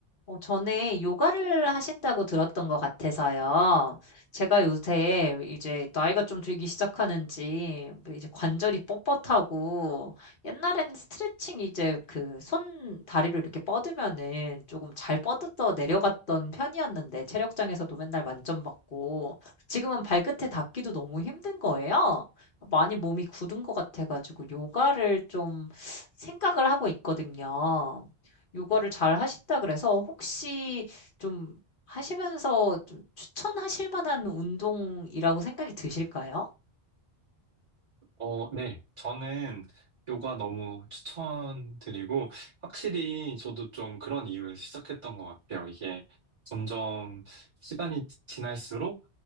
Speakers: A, on the left; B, on the right.
A: 어, 전에 요가를 하신다고 들었던 것 같아서요. 제가 요새 이제 나이가 좀 들기 시작하는지 뭐 이제 관절이 뻣뻣하고 옛날에는 스트레칭 이제 그 손 다리를 이렇게 뻗으면은 조금 잘 뻗어 내려갔던 편이었는데 체력장에서도 맨날 만점 받고 지금은 발끝에 닿기도 너무 힘든 거예요. 많이 몸이 굳은 것 같아가지고 요가를 좀 생각을 하고 있거든요. 요가를 잘 하신다 그래서 혹시 좀 하시면서 좀 추천하실 만한 운동이라고 생각이 드실까요?
B: 어, 네. 저는 요가 너무 추천드리고, 확실히 저도 좀 그런 이유에서 시작했던 것 같아요. 이게 점점 시간이 지날수록